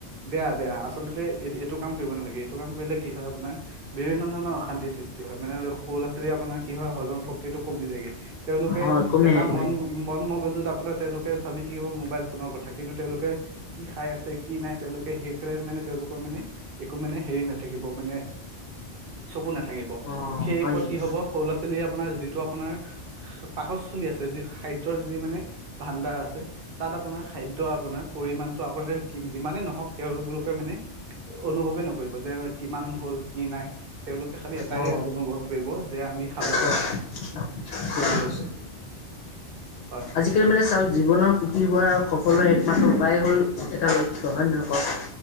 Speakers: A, on the right; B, on the left.
A: বেয়া বেয়া আচলতে এই এইটো কাম কৰিব নালাগে, এইটো কাম কৰিলে কি হয় আপোনাৰ দু বিভিন্ন ধৰণৰ অশান্তিৰ সৃষ্টি হয়, মানে সৰু লৰা-ছোৱালী আপোনাৰ কি হয়, হজম শ <unintelligible> টো কমি যায়গে। তেওঁলোকে
B: অ' কমি
A: এটা
B: আহে কমি
A: মন-মন
B: আহে।
A: মগজুত আপোনাৰ তেওঁলোকে ভাবি থাকিব মোবাইল লৰ কথা কিন্তু, তেওঁলোকে কি খাই আছে, কি নাই, তেওঁলোকে সেই <unintelligible> মানে তেওঁলোকৰ মানে একো মানে হেৰি নাথাকিব মানে চকু নাথাকিব।
B: অ'
A: সেই
B: হয়
A: ওপৰত
B: নেকি?
A: কি হ'ব সৰু ল'ৰা-ছোৱালী <inaudible> তো আপোনাৰ পাকস্থলী আছে যি খাদ্যৰ যি মানে ভাণ্ডাৰ আছে, তাত আপোনাৰ খাদ্য, আপোনাৰ পৰিমাণটো আপোনাৰ যিমানেই নহওক- তেওঁললোক <unintelligible> মানে অনুভৱেই নকৰিব, যে কিমান হ'ল, কি নাই তেওঁলোকে খালি এটাই
B: অ'
A: অনুভৱ কৰিব, যে আমি খাব
B: হয়।
A: লাগে,
B: ঠিক
A: বুজিছে।
B: আছে।
A: হয়
B: আজিকালি মানে চাওক জীৱনৰ সুখী হোৱাৰো সকলোৰে একমত্ৰ উপায় হ'ল ও এটা লক্ষ্য, হয় নহয়, কওক।